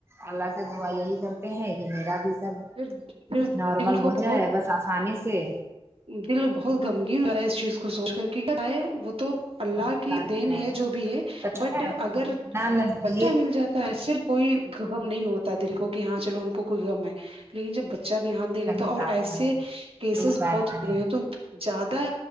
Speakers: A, on the right; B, on the right.
A: اللہ سے دعا یہی کرتے ہیں کہ میرا بھی سب
B: پھر پھر
A: نارمل
B: دل کو
A: ہو جائے
B: بہت
A: بس آسانی سے
B: دل بہت گمگیر ہوا ہے اس چیز کو سوچ کر ہے وہ تو اللہ
A: صحیح
B: کی
A: بات
B: دین ہے جو بھی ہے
A: پتا
B: بٹ
A: ہے
B: اگر
A: جتنا نزدیک
B: بچہ مل جاتا ہے صرف کوئی غم نہیں ہوتا دل کو کہ ہاں چلو ان کو کوئی غم ہے لیکن جب بچ چہ بھی ہاتھ نہیں لگتا
A: صحیح
B: اور
A: بات
B: ایسے
A: ہے
B: کیسز
A: صحیح بات
B: بہت
A: ہے
B: ہوے ہیں تو زیادہ